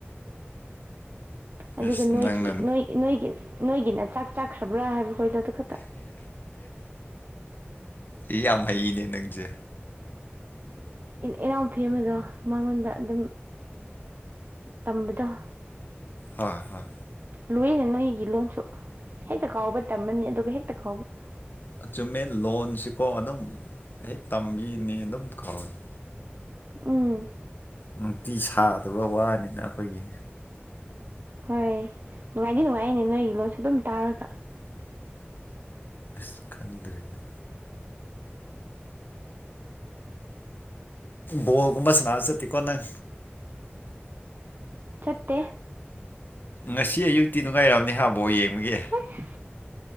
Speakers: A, on the right; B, on the left.
A: ꯑꯗꯨꯒ
B: ꯏꯁ
A: ꯅꯣꯏꯒꯤ
B: ꯅꯪꯅ
A: ꯅꯣꯏ ꯅꯣꯏꯒꯤ ꯅꯣꯏꯒꯤꯅ ꯆꯥꯛ ꯆꯥꯈ꯭ꯔꯕ꯭ꯔꯥ ꯍꯥꯏꯕ ꯈꯣꯏꯗꯣꯗ ꯈꯛꯇ
B: ꯏ ꯌꯥꯝ ꯍꯩꯅꯦ ꯅꯪꯁꯦ꯫
A: ꯏꯅꯥꯎꯄꯤ ꯑꯃꯗꯣ ꯃꯉꯣꯟꯗ ꯑꯗꯨꯝ ꯇꯝꯕꯗꯣ
B: ꯍꯣꯏ ꯍꯣꯏ
A: ꯂꯣꯏꯅꯦ ꯅꯣꯏꯒꯤ ꯂꯣꯟꯁꯨ ꯍꯦꯛꯇ ꯀꯥꯎꯕ ꯇꯝꯃꯅꯤ ꯑꯗꯨꯒ ꯍꯦꯛꯇ ꯀꯥꯎꯕ
B: ꯑꯆꯨꯝꯃꯦꯠ ꯂꯣꯟꯁꯤꯀꯣ ꯑꯗꯨꯝ ꯍꯦꯛ ꯇꯝꯕꯤꯅꯤ ꯑꯗꯨꯝ ꯀꯥꯎꯅꯤ꯫
A: ꯎꯝ
B: ꯅꯨꯡꯇꯤ ꯁꯥꯗꯕ ꯋꯥꯅꯤꯅ ꯑꯩꯈꯣꯏꯒꯤ꯫
A: ꯍꯣꯏ ꯅꯨꯡꯉꯥꯏꯗꯤ ꯅꯨꯡꯉꯥꯏꯅꯦ ꯅꯣꯏꯒꯤ ꯂꯣꯟꯁꯨ ꯑꯗꯨꯝ ꯇꯥꯔꯒ
B: ꯑꯁ ꯈꯪꯗ꯭ꯔꯤꯗ ꯕꯣꯜꯒꯨꯝꯕ ꯁꯅꯥꯁꯦꯠꯇ ꯀꯣꯅ
A: ꯆꯠꯇꯦ꯫
B: ꯉꯁꯤ ꯑꯌꯨꯛꯇꯤ ꯅꯨꯡꯉꯥꯏꯔꯕꯅꯤ ꯍꯥꯏꯕꯣ ꯌꯦꯡꯕꯒꯦ꯫
A: ꯍꯁ